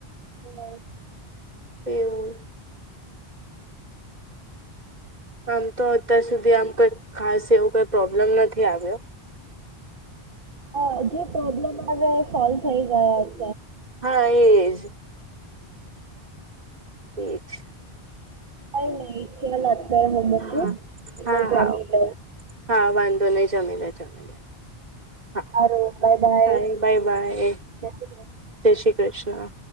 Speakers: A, on the right; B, on the right.
A: હમ
B: એવું આમ તો અત્યાર સુધી આમ કઈ ખાસ એવું કઈ પ્રોબ્લેમ નથી આવ્યો
A: અ જે પ્રોબ્લેમ આવ્યા એ સોલ્વ થઈ ગયાત
B: હા એજ એ છે.
A: ક નહીવા લતક્યારે મોમ
B: હા
A: બ
B: હા
A: જમી
B: હા
A: લ
B: હા વાંધો નહી જમી જમી હા
A: હારુ બાય બાય
B: સારી બાય બાય
A: જય શ્રી કૃષ્ણ
B: જય શ્રી કૃષ્ણ